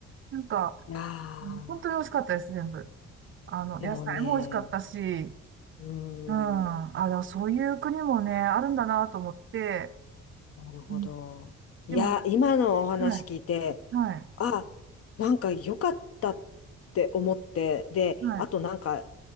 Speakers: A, on the right (about 45°); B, on the left (about 50°).
A: なんか、
B: いやー、
A: うん本当に美味しかったです、全部。あの、
B: でもね、
A: 野菜も美味しかったし、
B: うー
A: うん、あ、
B: ん、
A: でもそういう国もね、あるんだなと思って、
B: なるほど。
A: うん、でも、
B: いやー、今のお話聞いて、
A: はい、はい、
B: あ、なんか良かったって思って、で、
A: はい、
B: あとなんか、